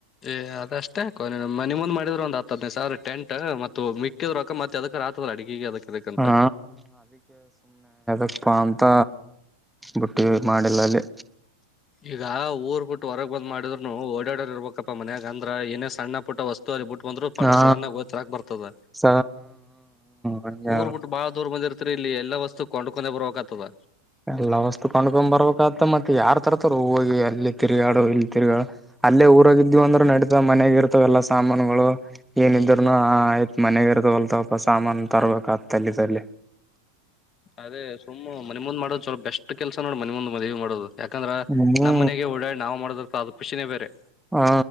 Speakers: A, on the left (about 30°); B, in the centre.
A: ಏ ಅದಷ್ಟೇ ಕೊ ಮ ನಿಮ ಮುಂದ್ ಮಾಡಿದ್ರರು ಒಂದ್ ಹದನೈದು ಸಾವಿರ ಟೆಂಟ್ ಮತ್ತೆ ಮಿಕ್ಕಿದ್ ಅಕ್ಕ ಮತ್ತೆ ಅದಕ ಆತದಲ್ಲ ಅಡ್ಗಗೆ ಅದಕ್ಕೆ ಅದಕ್ಕಂತ
B: ಹಾ ಅಪ್ಪ ಅಂತ ಬಿುಟ್ಟ ಮಾಡಿಲ್ಲಲ್ಲಿ
A: ಈಗ ಊರ್ ಬಿಟ್ಟು ಹೊರಗೆ ಬಂದ್ ಮಾಡಿದ್ರುನು ಓಡಾಡೋರ್ ಇರ್ಬೇಕಪ್ಪ ಮನ್ಯಾಗ ಅಂದ್ರೆ ಏನ ಸಣ್ಣ ಪುಟ್ಟ ವಸ್ತುವ ಅರಿ ಬಿಟ್ಟ ಬಂದ್ರು
B: ಹಾ
A: ಸಡನ್ ಆಗ ಹ್ತರ ಬರ್ತದ
B: ಸ ಹಂಗೆ
A: ಊರ್ ಬಿಟ್ಟು ಬಾಳ ದೂರ ಬಂದಿರ್ತ ಇಲ್ಲಿ ಎಲ್ಲ ವಸ್ತು ಕೊಂಡ್ಕೊಂಡೆ ಬರಬೇಕತದ
B: ಎಲ್ಲ ವಸ್ತು ಕೊಂಡ್ಕೊಂಡ್ ಬರ್ಬೇಕತ್ತ ಮತ್ತತ್ ಯಾರ್ ತರತರ್ ಹೋಗಿ ಅಲ್ಲಿ ತಿರುಗಾಡು ಇಲ್ಲಿ <unintelligible> ತಿ ಅೇ ಊರಾಗಿದ್ದೀವ ಅಂದ್ರ ನಡ ಈ ಮನೆಗ ಇರ್ತವಲ್ಲ ಸಾಮಾನುಗಳು ಏನಿದ್ರನು
A: ಹ್ಮ್
B: ಆಯ್ ಮನೆಗ ಇರ್ದ ಹೊಲ್ತಪ ಸಾಮಾನ ತರ್ಬೇಕ ಆ ತಲ್ಲ ತಲ್ಲಿ
A: ಅದೇ ಸುಮ್ಮ್ ಮನೆ ಮುಂದ್ ಮಾಡದ್ವಲಪ ಬೆಸ್ಟ್ ಕೆಲಸ ನೋಡ ಮನೆ ಮುಂದ ಮಾಡುದು ಯಾಕಂದ್ರೆ
B: ಹ್ಮ್
A: ನಮ್ಮ್ನೆ ಓಡಾಡ್ ನಾವು ಮಾಡದ ಪ ಅದುಕಖಷಿನೇರೆ
B: ಹ್ಮ